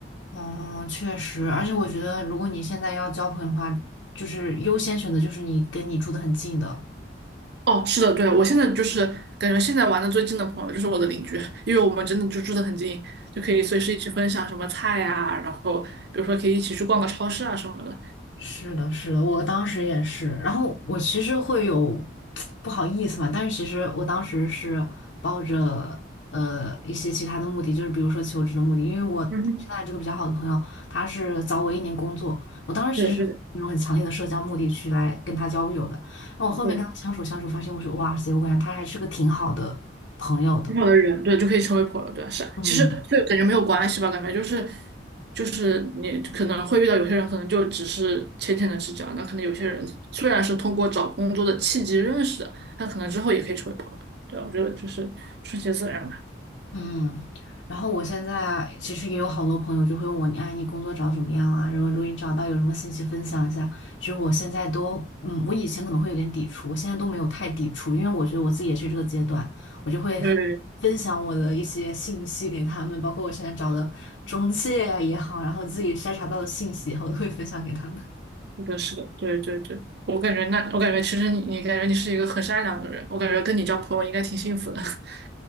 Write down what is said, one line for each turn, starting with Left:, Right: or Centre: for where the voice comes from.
Left: 哦，确实，而且我觉得，如果你现在要交朋友的话，就是优先选择就是你跟你住的很近的。
Right: 哦，是的，对，我现在就是感觉现在玩的最近的朋友就是我的邻居，因为我们真的就住得很近，就可以随时一起分享什么菜呀、然后比如说可以一起去逛个超市啊什么的。
Left: 是的，是的，我当时也是。然后我其实会有 <tsk> 不好意思嘛，但是其实我当时是抱着呃一些其他的目的，就是比如说求职的目的，因为我现在这个比较好的朋友，
Right: 嗯哼，
Left: 他是早我一年工作，我当时其实是那种很强烈的社交目的去来跟他交友的。
Right: 对对
Left: 然后我后面跟他相处相处，
Right: 对，
Left: 发现我说哇塞，我感觉他还是个挺好的朋友的。
Right: 很好的人，对，就可以成为朋友，对，是啊。
Left: 嗯。
Right: 其实就感觉没有关系吧，感觉就是就是你可能会遇到有些人，可能就只是浅浅的知交，那可能有些人虽然是通过找工作的契机认识的，但可能之后也可以成为朋友。对，我觉得就是顺其自然吧。
Left: 嗯，然后我现在其实也有好多朋友就会问我，你哎，你工作找的怎么样啊？如果如果你找到有什么信息分享一下。其实我现在都，嗯，我以前可能会有点抵触，我现在都没有太抵触，因为我觉得我自己也是这个阶段，我就会
Right: 对，
Left: <laughs> 分享我的一些信息给他们，包括我现在找的中介啊也好，然后自己筛查到的信息以后都会分享给他们。
Right: 是的，是的，对对对，我感觉那，我感觉其实你，你感觉你是一个很善良的人，我感觉跟你交朋友应该挺幸福的。<laughs>